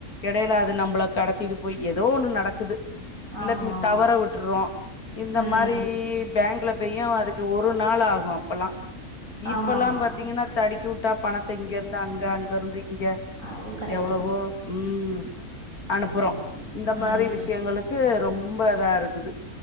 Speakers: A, on the left (about 80°); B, on the right (about 60°).
A: எடையில அது நம்மள கடத்திட்டு போய் ஏதோ ஒண்ணு நடக்குது இல்ல
B: ஆமா
A: ம்
B: ஆமா
A: தவற விட்டுறோ இந்த
B: ம்
A: மாரி பேங்க்ல அப்பயு அதுக்கு ஒரு நாள் ஆகு அப்பல்லா இப்பெல்லா
B: ஆமா ஆமா
A: பாத்தீங்கன்னா தடுக்கி விட்டா பணத்தை இங்கருந்து அங்க அங்கருந்து இங்க
B: அது கரெக்ட்டு
A: எவ்ளோவோ
B: தா
A: உம் அனுப்புறோம்
B: ஆமா
A: இந்த
B: ம்
A: மாரி விஷயங்களுக் ரொம்ப இதா இருக்குது